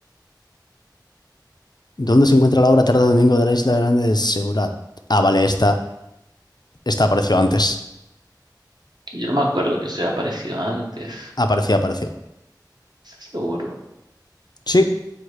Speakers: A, on the left (about 65°); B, on the right (about 65°).
A: ¿Dónde se encuentra la obra Tarde Domingo de la Isla Grande de Seurat? Ah, vale, esta, esta apareció antes.
B: Yo no me acuerdo que eso haya aparecido antes.
A: Apareció, apareció.
B: Seguro.
A: Sí,